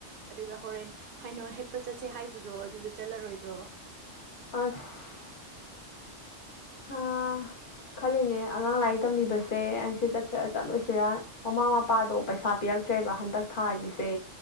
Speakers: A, on the right (about 55°); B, on the left (about 50°).
A: ꯑꯗꯨꯒ ꯍꯣꯔꯦꯟ ꯍꯥꯏꯩꯅꯣ ꯍꯦꯛꯄ ꯆꯠꯁꯦ ꯍꯥꯏꯕ ꯑꯗꯣ ꯑꯗꯨꯗꯤ ꯆꯠꯂꯔꯣꯏꯗ꯭ꯔꯣ
B: ꯑꯁ <unintelligible> <inaudible> ꯑꯥ <inaudible> ꯈꯜꯂꯤꯅꯦ ꯑꯉꯥꯡ ꯂꯥꯏꯔꯤꯛ ꯇꯝꯕꯤꯕꯁꯦ ꯑꯩꯁꯦ ꯆꯠꯁꯤꯔ ꯆꯠꯂꯣꯏꯁꯤꯔ ꯃꯃꯥ ꯃꯄꯥꯗꯣ ꯄꯩꯁꯥ ꯄꯤꯔ ꯆꯇ꯭ꯔꯦꯕ ꯍꯟꯗꯛ ꯊꯥꯒꯤꯁꯦ